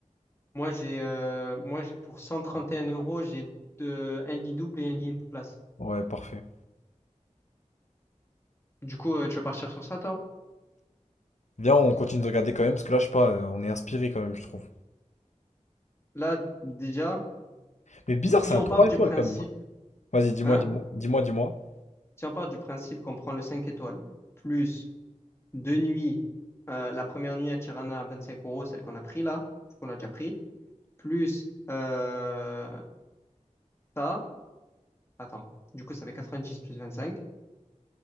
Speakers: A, on the left; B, on the left.
A: Moi, j'ai euh, moi j'ai pour cent trente et un euros, j'ai deux- un lit double et un lit une place.
B: Ouais, parfait.
A: Du coup, euh, tu vas partir sur ça, toi?
B: Viens, on continue de regarder quand même, parce que là, je sais pas, euh, on est inspiré quand même, je trouve.
A: Là, déjà,
B: Mais bizarre, c'est
A: si
B: un
A: on
B: 3
A: part
B: étoiles
A: du principe,
B: quand même. Vas-y, dis-moi,
A: hein?
B: dis-moi, dis-moi, dis-moi.
A: Si on part du principe qu'on prend le 5 étoiles, plus deux nuits, euh, la première nuit à Tirana à 25 euros, celle qu'on a pris là, qu'on a déjà pris, plus euh, ça, attends, du coup ça fait 90 plus 25.